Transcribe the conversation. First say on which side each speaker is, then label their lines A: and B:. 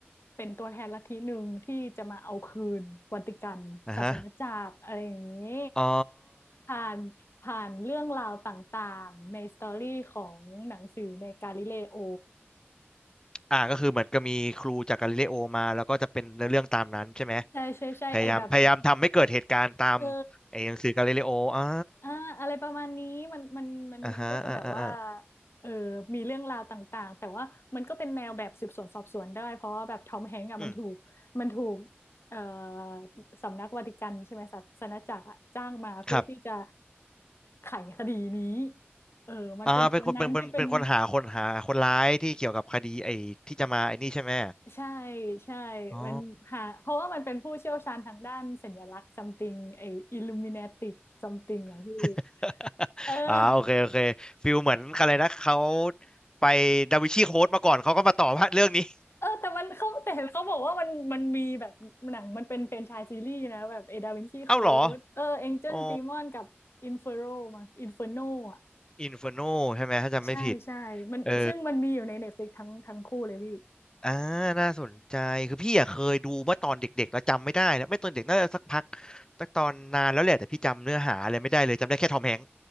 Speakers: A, on the left; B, on the left.
A: เป็นตัวแทนลัทธิหนึ่งที่จะมาเอาคืนวัติกันศาสนจักรอะไรอย่างนี้
B: อ่าฮะอ๋อ
A: ผ่านผ่านเรื่องราวต่างๆในสตอรี่ของหนังสือในกาลิเลโอ
B: อ่าก็คือเหมือนก็มีครูจากกาลิเลโอมาแล้วก็จะเป็นเนื้อเรื่องตามนั้นใช่ไหม
A: ใช่ใช่ใช่ไอแบบ
B: พยายามพยายามทำให้เกิดเหตุการณ์ตาม
A: เออ
B: ไอ้หนังสือกาลิเลโออ่า
A: อ่าอะไรประมาณนี้มันมันมันมันก็จะแบบว่า
B: อ่าฮะอ่าอ่าอ่า
A: เออมีเรื่องราวต่างๆแต่ว่ามันก็เป็นแนวแบบสืบสวนสอบสวนได้เพราะว่าแบบทอมแฮงก์อ่ะมันถูกมันถูก
B: อืม
A: เอ่อสำนักวาติกันใช่ไหมศาสนจักรอ่ะจ้างมาเพื่อที่จะ
B: ครับ
A: ไขคดีนี้เออมันเป็นคนนั้นที่เป็น
B: อ่าเป็นคนเป็นเป็นเป็นคนหาคนหาคนร้ายที่เกี่ยวกับคดีไอ้ที่จะมาไอ้นี่ใช่ไหม
A: ใช่ใช่
B: อ๋อ
A: มันหาเพราะว่ามันเป็นผู้เชี่ยวชาญทางด้านสัญลักษณ์ something ไอ้ illuminatic something อ่ะพี่
B: <laughs>
A: เออ
B: อ่าโอเคโอเคฟิลเหมือนอะไรนะเขาไปดาวินชีโค้ดมาก่อนเขาก็มาต่อว่าเรื่องนี้
A: เออแต่มันเขาแต่เห็นเขาบอกว่ามันมันมีแบบหนังมันเป็นแฟรนไชส์ซีรีส์นะแบบเอดาวินชีโค้ดเออเอ็นเจิลดีมอนกับอินเฟอโรมาอินเฟอร์โนอ่ะ
B: <laughs> เอ้าเหรออ๋ออินเฟอร์โนใช่ไหมถ้าจำไม่ผิด
A: ใช่ใช่มันซึ่งมันมีอยู่ในเน็ตฟลิกทั้งทั้งคู่เลยพี่
B: เออ อ่าน่าสนใจคือพี่อะเคยดูเมื่อตอนเด็กๆแล้วจำไม่ได้นะไม่ตอนเด็กน่าจะสักพักสักตอนนานแล้วแหละแต่พี่จำเนื้อหาอะไรไม่ได้เลยจำได้แค่ทอมแฮงค์